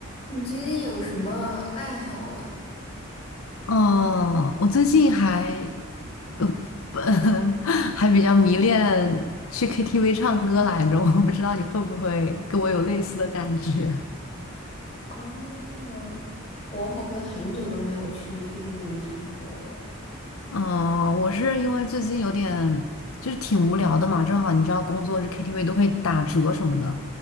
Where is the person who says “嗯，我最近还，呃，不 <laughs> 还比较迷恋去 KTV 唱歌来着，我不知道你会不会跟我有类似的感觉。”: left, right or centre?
Left